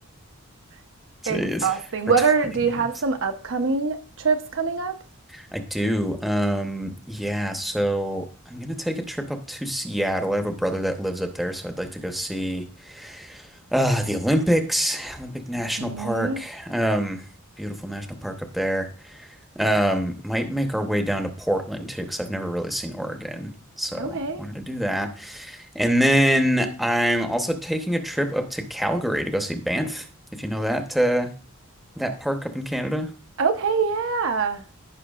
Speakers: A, on the right; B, in the centre.
A: <laughs>
B: Jeez.
A: exhausting.
B: For
A: What
B: 20
A: are, do you
B: years.
A: have some upcoming trips coming up?
B: I do. Um, yeah, so I'm gonna take a trip up to Seattle. I have a brother that lives up there, so I'd like to go see uh the Olympics, Olympic National
A: Mm,
B: Park. Um, beautiful national park up there. Um, might make our way down to Portland too, because I've never really seen Oregon. So
A: okay.
B: wanted to do that. And then I'm also taking a trip up to Calgary to go see Banff, if you know that uh, that park up in Canada.
A: Okay, yeah.